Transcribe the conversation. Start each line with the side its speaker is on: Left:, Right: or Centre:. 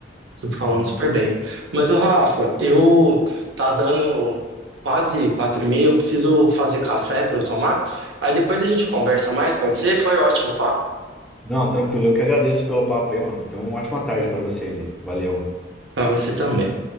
Right: super falando
Centre: Hum.
Right: super bem. Mas, o Rafa, eu tá dando quase quatro e meia, eu preciso fazer café pra eu tomar. Aí depois a gente conversa mais, pode ser? Foi ótimo, pá.
Centre: Não, tranquilo, eu que agradeço pelo papo aí, mano. Tenha uma ótima tarde pra você aí. Valeu.
Right: Pra você também.